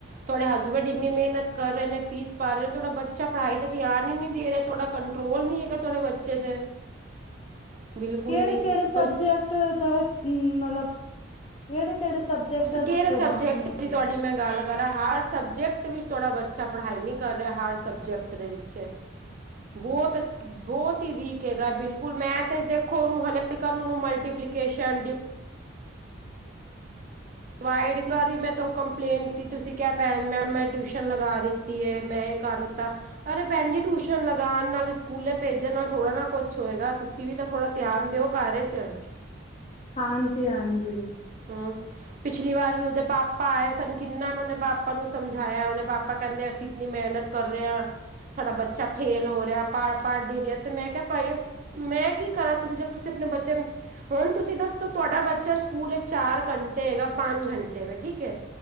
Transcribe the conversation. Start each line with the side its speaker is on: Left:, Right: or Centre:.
Right: ਤੁਹਾਡੇ ਹਸਬੈਂਡ ਇੰਨੀ ਮਿਹਨਤ ਕਰ ਰਹੇ ਨੇ ਫੀਸ ਭਰ ਰਹੇ ਨੇ ਤੁਹਾਡਾ ਬੱਚਾ ਪੜ੍ਹਾਈ ਤੇ ਧਿਆਨ ਹੀ ਨੀ ਦੇ ਰਿਹਾ, ਤੁਹਾਡਾ ਕੰਟਰੋਲ ਨੀ ਹੈਗਾ ਤੁਹਾਡੇ ਬੱਚੇ ਤੇ ਬਿਲਕੁਲ
Left: ਕਿਹੜੇ-ਕਿਹੜੇ
Right: ਵੀ
Left: ਸਬਜੈਕਟ
Right: ਔਰ ਸ-
Left: ਦਾ ਮਤਲਬ ਕਿਹੜੇ ਕਿਹੜੇ ਸਬਜੈਕਟ
Right: ਸ-
Left: ਅ
Right: ਕਿਹੜੇ
Left: ਪੜਾ
Right: ਸਬਜੈਕਟ
Left: ਨੇ ਹੇਗੇ।
Right: ਦੀ ਤੁਹਾਡੀ ਮੈਂ ਗੱਲ ਹਰ ਸਬਜੈਕਟ ਵਿੱਚ ਥੋਡਾ ਬੱਚਾ ਪੜ੍ਹਾਈ ਨੀ ਕਰ ਰਿਹਾ, ਹਰ ਸਬਜੈਕਟ ਦੇ ਵਿੱਚ ਬਹੁਤ-ਬਹੁਤ ਹੀ ਵੀਕ ਹੈਗਾ, ਬਿਲਕੁਲ ਮੈਂ ਤੇ ਦੇਖੋ, ਉਹਨੂੰ ਹਲੇ ਤੱਕ ਉਹਨੂੰ ਮਲਟੀ ਐਪਲੀਕੇਸ਼ਨ, ਡੀ ਵਾਇਡ ਕਰ ਰਹੀ ਮੈਂ ਤੈਨੂੰ ਕੰ ਤੁਸੀਂ ਕਿਹਾ ਭੈਣ ਮੈ ਮੈਂ ਟਿਊਸ਼ਨ ਲਗਾ ਦਿੱਤੀ, ਐ ਮੈਂ ਇਹ ਕਰਤਾ ਅਰੇ ਬੈਣ ਜੀ ਟੂਸ਼ਨ ਟਿਊਸ਼ਨ ਲਗਾਣ ਨਾਲ ਸਕੂਲੇ ਭੇਜਣ ਨਾਲ ਥੋੜਾ ਨਾ ਕੁਛ ਹੋਏਗਾ, ਤੁਸੀਂ ਵੀ ਤਾਂ ਥੋੜਾ ਧਿਆਨ ਦਿਓ ਘਰ ਚ <unintelligible>
Left: ਹਾਂਜੀ-ਹਾਂਜੀ,
Right: ਹਮ ਪਿਛਲੀ ਵਾਰ ਵੀ ਉਹਦੇ ਪਾਪਾ ਆਏ, ਸਾਨੂੰ ਕਿੰਨਾ ਉਹਦੇ ਪਾਪਾ ਨੂੰ ਸਮਝਾਇਆ ਉਹਦੇ ਪਾਪਾ ਕਹਿੰਦੇ ਅਸੀਂ ਇਤਨੀ ਮਿਹਨਤ ਕਰ ਰੇ ਆ। ਸਾਡਾ ਬੱਚਾ ਫੇਲ ਹੋ ਰਿਹਾ, ਪੜ-ਪੜ ਨਹੀ ਰਿਹਾ ਤੇ ਮੈਂ ਕਿਹਾ ਭਾਈ ਮੈਂ ਕੀ ਕਰਾਂ ਤੁਸੀਂ ਜ ਤੁਸੀਂ ਬੱਚੇ ਹੁਣ ਤੁਸੀਂ ਦੱਸੋ? ਤੁਹਾਡਾ ਬੱਚਾ ਸਕੂਲ ਚ ਚਾਰ ਘੰਟੇ ਹੈਗਾ ਪੰਜ ਘੰਟੇ ਵੇ ਠੀਕ ਹੈ,